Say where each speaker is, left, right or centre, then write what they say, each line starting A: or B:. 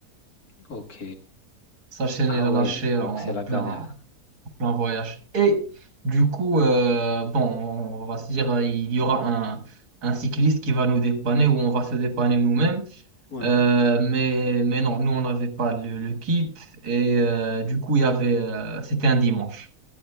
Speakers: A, on the left; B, on the right.
A: ok.
B: Sa chaîne,
A: Ah
B: elle a
A: ouais,
B: lâché en,
A: donc c'est
B: en
A: la
B: plein,
A: galère.
B: plan voyage. Et du coup, euh, bon, on va se dire, euh, il y aura un, un cycliste qui va nous dépanner ou on va se dépanner nous-mêmes.
A: Ouais.
B: Euh, mais, mais non, nous, on n'avait pas le, le kit. Et euh, du coup, il y avait, euh, c'était un dimanche.